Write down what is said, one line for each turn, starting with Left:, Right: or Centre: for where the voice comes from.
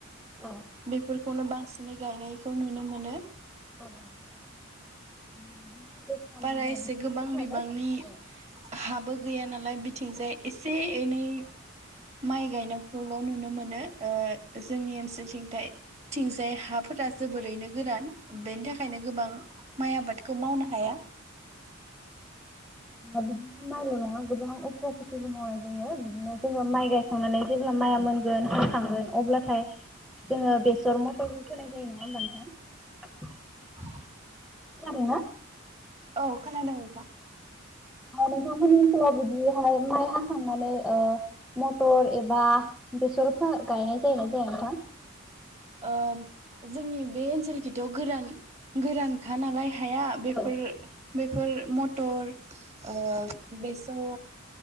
Centre: औ
Right: बेफोर खौनो बांसिनै गायनायखौ नुनो मोनो
Centre: <unintelligible> मावग्रा
Right: बारा एसे
Centre: बेफोरबो
Right: गोबां
Centre: थाबाय
Right: बिबांनि
Centre: औ
Right: हाबो गैया नालाय बिथिंजाय एसे एनै माइ गायनायखौल' नुनो मोनो ओ जोंनि ओनसोलथिंथाय थिंजाय हाफोरा जोबोरैनो गोरान बेनि थाखायनो गोबां माइ आबादखौ मावनो हाया
Centre: बिदिनो माइल नङा गोबां अफ्रा खेथिबो मावनाय जायो बिदिनो जोङो माइ गायखांनानै जेब्ला माइआ मोनगोन हाखांगोन अब्लाथाय जोङो बेसर मथे खौबो फोनाय जायो नङा होनबा नोंथां
Right: लांदां
Centre: खोनादों ना
Right: औ खोनादों नोंथां
Centre: औ नोंथांमोननि ओनसोलाव बिदिहाय माइ हाखांनानै मटर एबा बेसर गायनाय जायोना जाया नोंथां
Right: ओ जोंनि बे ओनसोल खिथियाव गोरान गोरानखा नालाय हाया बेफोर
Centre: औ
Right: बेफोर मद टर ओ बेसर